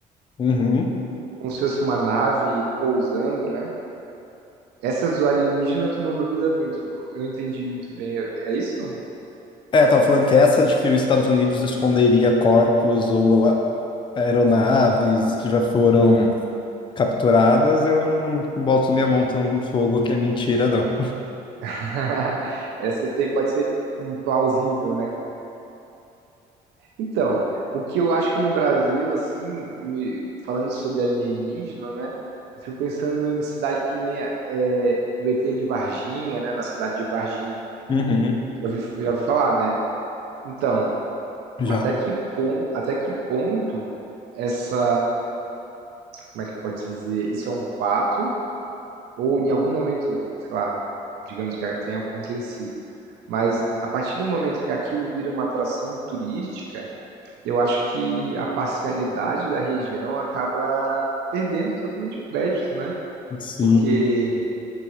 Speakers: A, on the left; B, on the right.
A: Uhum.
B: Como se fosse uma nave pousando, né? Essas do alienígena, tu não duvida muito. Eu não entendi muito bem. É isso?
A: É, eu tava falando que essa de que os Estados Unidos esconderia corpos ou a- aeronaves que já foram capturadas, eu não boto minha mão tão no fogo que é mentira, não.
B: <laughs> Essa tem, pode ser hum, plausível, né? Então, o que eu acho que no Brasil, assim, me- falando sobre alienígena, né? Eu fico pensando em cidade que nem a- é, do ET de Varginha, né? Na cidade de Varginha.
A: Uhum.
B: Já ouvi, já ouvi falar, né? Então,
A: Já
B: até que ponto, até que ponto essa, como é que pode dizer? Isso é um fato? Ou em algum momento, sei lá, digamos que tenha acontecido. Mas a partir do momento que aquilo vira uma atração turística, eu acho que a parcialidade da região acaba perdendo totalmente o crédito, né?
A: Sim.
B: Porque